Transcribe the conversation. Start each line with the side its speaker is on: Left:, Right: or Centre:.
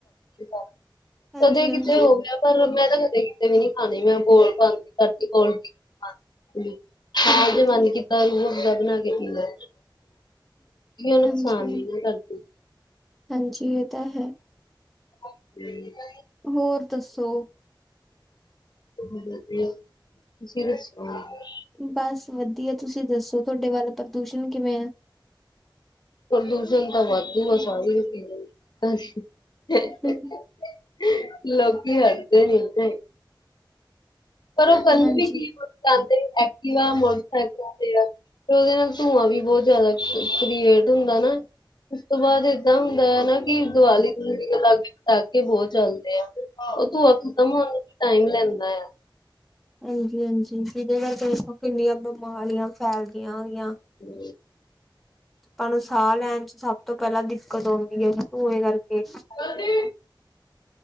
Left: <inaudible>
Centre: ਹਾਂਜੀ
Left: ਕਦੇ ਕਿਤੇ
Centre: ਹਾਂਜੀ
Left: ਹੋ ਗਿਆ ਪਰ ਮੈਂ ਤਾਂ ਕਦੇ ਤੇ ਵੀ ਨੀ ਖਾਣੀ ਮੈਂ ਬੋਲ ਬੰ ਕਰਦੀ ਬੋਲ ਤੀ
Centre: ਠੀਕ
Left: ਹਾਂਜੀ
Centre: ਹੈ
Left: ਮਨ
Centre: ਜੀ
Left: ਕੀਤਾ ਰੂਹ ਦਬਨਾ ਕੇ ਕੀਦਾ ਨੁਕਸਾਨ
Centre: ਹਾਂਜੀ
Left: ਨੀ ਨਾ ਕਰਦੀ
Centre: ਹਾਂਜੀ, ਇਹ ਤਾਂ ਹੈ।
Left: ਔ ਗ੍ਰਵੀ ਵਾਲੀ।
Centre: ਹੋਰ, ਦੱਸੋ।
Left: ਵਧੀਆ <inaudible>
Centre: ਬਸ ਵਧੀਆ ਤੁਸੀਂ ਤੁਸੀਂ ਦੱਸੋ ਤੁਹਾਡੇ ਵੱਲ ਪ੍ਰਦੂਸ਼ਣ ਕਿਵੇਂ ਐ
Left: ਪ੍ਰਦੂਸ਼ਣ ਤਾਂ ਵਾਧੂ ਆ ਸਾਰੀ ਰ <unintelligible>
Centre: ਹਾਂਜੀ
Left: ਲੋਕੀ ਹਟਦੇ ਨੀ ਹੁਦੇ ਪਰ ਔ ਸਾਨੂੰ
Centre: ਹਾਂਜੀ
Left: ਵੀ ਕੀ ਪਹੁੰਚਾਂਦੇ। ਐਕਟਿਵਾ ਮੋਟਰਸਾਈਕਲ ਤੇ ਆ ਫ ਉਹਦੇ ਨਾਲ ਧੂੰਆਂ ਵੀ ਬਹੁਤ ਜਿਆਦਾ ਕ੍ਰੀਏਟ ਹੁੰਦਾ ਨਾ ਉਸ ਤੋਂ ਬਾਅਦ ਏਦਾਂ ਹੁੰਦਾ ਆ ਨਾ ਕਿ ਦੀਵਾਲੀ ਦਵਉਲੀ ਦੇ ਲਾਗੇ ਪਟਾਕੇ ਬਹੁਤ ਚੱਲਦੇ ਆ ਧੂੰਆ ਖਤਮ ਹੋਣ ਟਾਈਮ ਲੈਂਦਾ ਆ
Centre: ਹਾਂਜੀ, ਹਾਂਜੀ। ਜਿਦੇ ਕਰਾਰੇ ਦੱਸੋ ਕਿੰਨੀਆਂ ਬਿਮਾਰੀਆਂ ਫੈਲਦੀਆਂ। ਹੈਗੀਆਂ
Left: ਹੂ
Centre: ਆਪਾਂ ਨੂੰ ਸਾਹ ਲੈਣ ਚ ਸਭ ਤੋਂ ਪਹਿਲਾਂ ਦਿੱਕਤ ਆਉਂਦੀ ਹੈ ਧੂੰਏ ਕਰਕੇ
Left: ਕਲਦੀ